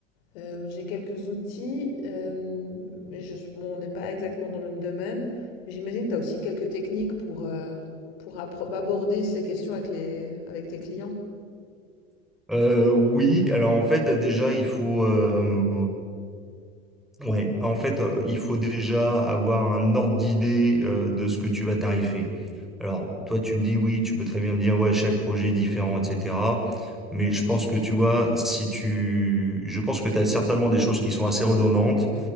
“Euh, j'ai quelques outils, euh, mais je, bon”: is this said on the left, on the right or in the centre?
Left